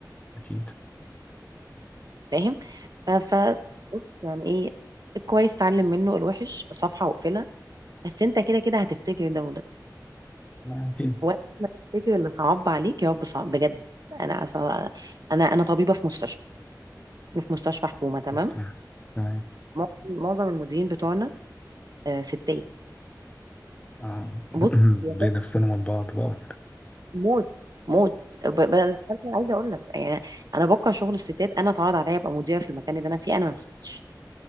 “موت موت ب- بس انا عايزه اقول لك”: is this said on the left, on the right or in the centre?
Right